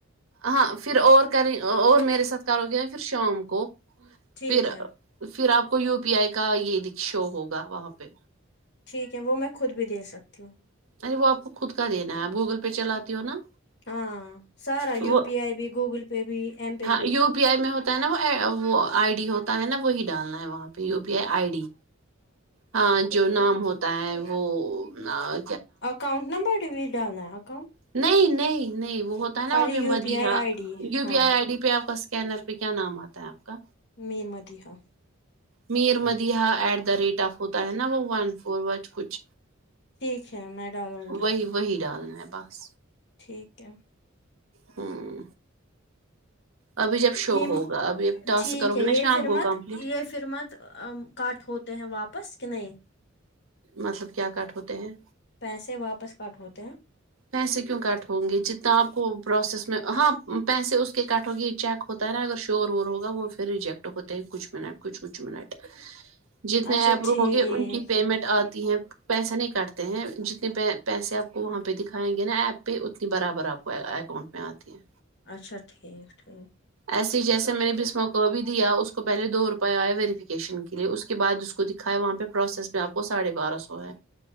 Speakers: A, on the right; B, on the left.
A: ہاں پھر اور کریں اور میرے ساتھ کرو گے پھر شام کو
B: ٹھیک
A: پھر
B: ہے
A: پھر آپ کو یو پی آئی کا یہ د شو ہوگا وہاں پہ
B: ٹھیک ہے وہ میں خود بھی دے سکتی ہوں
A: ارے وہ آپ کو خود کا دینا ہے آپ گوگل پے چلاتی ہو نا
B: ہاں سارا
A: وہ
B: یو پی آئی بھی گوگل پے بھی ایم پے
A: ہاں
B: بھی
A: یو پی آئی میں ہوتا ہے نا وہ وہ آئی ڈی ہوتا ہے نا وہی ڈالنا ہے وہاں U P I I D ہاں جو نام ہوتا ہے وہ آ
B: اکؤنٹ نمبر ڈیٹیل ڈالنا ہے ک
A: نہیں نہیں نہیں وہ ہوتا ہے نا
B: خالی
A: وہاں پہ
B: U
A: Madiha
B: P I I D
A: U
B: ہاں
A: P آئی آئی ڈی پہ آپ کا س کینر پہ کیا نام آتا ہے آپ کا
B: Mir Madiha
A: Mir Madiha at the rate of ہوتا ہے نا وہ ون فور وٹ کچھ
B: ٹھیک ہے میں ڈالوں گی
A: وہی وہی ڈالنا ہے بس
B: ٹھیک ہے
A: ہوں ابھی جب شو
B: یہ م
A: ہوگا ابھی اب ٹاسک
B: ٹھیک
A: کرو
B: ہے
A: گے نا
B: یہ
A: شام
B: فر
A: کو
B: مت
A: کمپلیٹ
B: یہ ف ر مت کاٹ ہوتے ہیں واپس کہ نہیں
A: مطلب کیا کٹ ہوتے ہیں
B: پیسے واپس کٹ ہوتے ہیں
A: پیسے کیوں کٹ ہوں گے جتنا آپ کو پروسیس میں ہاں پیسے اس کے کٹ ہوگی یہ چیک ہو ہوتا رہا اگر شور وور ہوگا وہ پھر ریجیکٹ ہوتے ہیں کچھ منٹ کچھ کچھ منٹ جتنے
B: اچھا
A: ایپرو
B: ٹھیک
A: ہوں گے ان کی پیمنٹ آتی ہیں پیسہ نہیں کاٹتے ہیں جتنے پیسے آپ کو وہاں پہ پہ دکھائیں گے نا ایپ پہ اتنی برابر آپ کو اکاؤنٹ میں آتی ہیں
B: اچھا ٹھیک ٹھیک
A: ایسے ہی جیسے میں نے بسم کا ابھی دیا اس کو پہلے دو روپئے آئے ویریفیکیشن کے لیے اس کے بعد اس کو کھا ہے وہاں پہ پروسیس میں آپ کو ساڑھے بارہ سو ہے